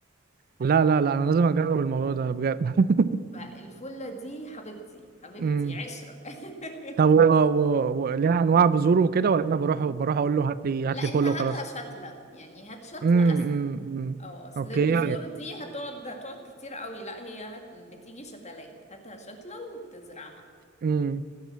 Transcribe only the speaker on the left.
فالفلة دي حبيبتي حبيبتي
عشرة <laughs>
لا انت
هاتها
شتلة يعني هات شتلة
اسهل
اه اصل
بذور دي هتقعد هتقعد كتير قوي لا هي هت... بتيجي شتلات هاتها شتلة وتزرعها